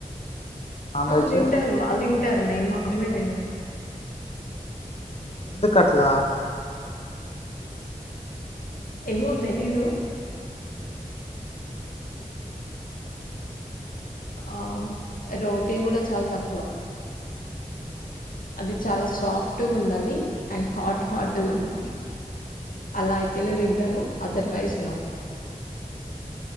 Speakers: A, on the left; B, on the left.
A: నాన్
B: ఆ
A: వెజ్
B: తింటారు. వాళ్ళు తింటారు. నేను మాత్రమే తినను
A: ఎందుకట్లా
B: ఏమో తెలీదు అ ఆ రోటీ కూడా చాల్ తక్కువ
A: హ్మ్
B: అది చాలా సాఫ్ట్గా ఉండాలి అండ్ హాట్ హాట్గా ఉండాలి అలా అయితేనే దింటాను అదర్వైజ్ నొ